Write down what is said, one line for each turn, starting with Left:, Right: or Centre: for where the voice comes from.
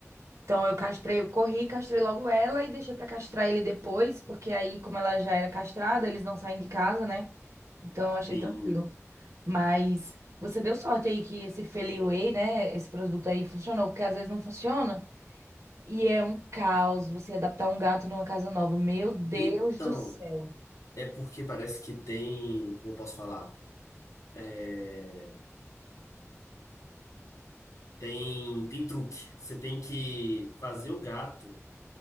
Right: Então eu castrei, eu corri, castrei logo ela e deixei pra castrar ele depois, porque aí, como ela já era castrada, eles não saem de casa, né? Então eu achei
Left: sim.
Right: tranquilo. Mas você deu sorte aí que esse Feli Whey, né? Esse produto aí funcionou, porque às vezes não funciona. E é um caos você adaptar um gato numa casa nova. Meu Deus
Left: Então,
Right: do céu.
Left: é porque parece que tem. Como eu posso falar? é, Tem, tem truque. Você tem que fazer o gato